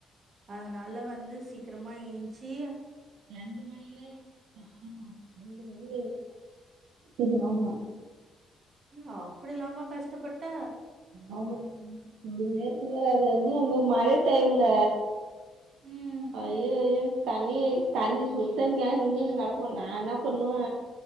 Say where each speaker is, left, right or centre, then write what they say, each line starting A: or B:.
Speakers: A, on the right (about 50°); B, on the right (about 80°).
A: அதனால வந்து சீக்கிரமா ஏஞ்சு
B: ரெண்டு மணில ஆமா ரெண்டு மணில இருக்கு செரி ஆமா
A: ம் அப்டிலாமா கஷ்டப்பட்ட
B: ஆமா நேருக்கு நேராவே இன்னியு அந்த மழ டைம்ல
A: ம்
B: ஐயோ ஐயோ தண்ணிய தண்ணி சுத் தண்ணிக்கா நின்ணுனு கெடப்போ நா என்ன பண்ணுவே